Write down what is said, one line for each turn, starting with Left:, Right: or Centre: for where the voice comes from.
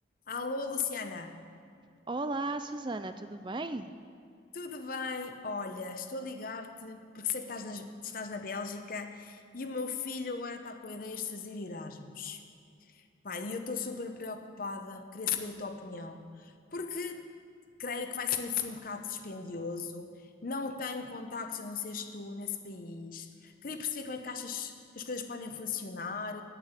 Left: Alô, Luciana,
Right: Olá, Susana, tudo bem?
Left: tudo bem? Olha, estou a ligar-te porque sei que estás na, estás na Bélgica e o meu filho agora está com ideias de fazer Erasmus. Pá, e eu estou super preocupada, queria saber a tua opinião. Porque creio que vai ser assim um bocado dispendioso. Não tenho contactos, a não seres tu, nesse país. Queria perceber como é que achas que as coisas podem funcionar,